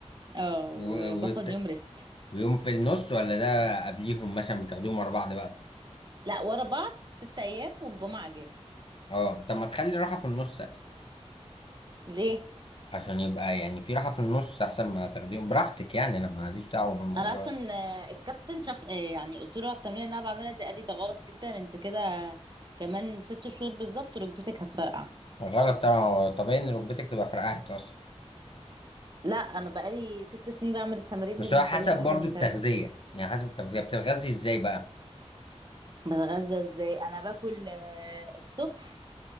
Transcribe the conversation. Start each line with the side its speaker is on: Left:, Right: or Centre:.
Right: اه وباخد
Left: و- وت-
Right: يوم ريست
Left: ويوم في النص ولا ده قبليهم مثلا بتاخدوهم ورا بعض بقى
Right: لا ورا بعض ست ايام والجمعه اجازه
Left: اه طب ما تخلي راحه في النص
Right: ليه
Left: عشان يبقى يعني في راحة في النص أحسن ما تاخديهم براحتك يعني أنا ماليش دعوة بالموضوع
Right: انا اصلا
Left: ده
Right: آه، الكابتن شاف آه، يعني قلت له على التمرين اللي انا بعملها دي قال لي ده غلط جدا انت كده كمان ست شهور بالظبط ركبتك هتفرقع
Left: غلط طبعا هو طبيعي إن ركبتك تبقى فرقعت أصلا
Right: لا انا بقالي ست سنين بعمل التمارين
Left: بس
Right: دي وما
Left: هو حسب
Right: حصليش اي
Left: برضو
Right: حاجه من الكلام
Left: التغذية
Right: ده
Left: يعني حسب التغذية بتتغذي إزاي بقى
Right: بتغذى ازاي انا باكل آه، الصبح